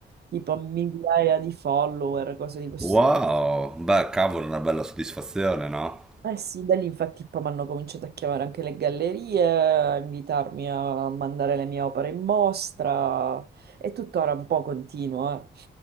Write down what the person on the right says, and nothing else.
tipo a migliaia di follower, cose di questo
Eh sì, da lì infatti poi mi hanno cominciato a chiamare anche le gallerie, a invitarmi a mandare le mie opere in mostra e tuttora un po' continuo.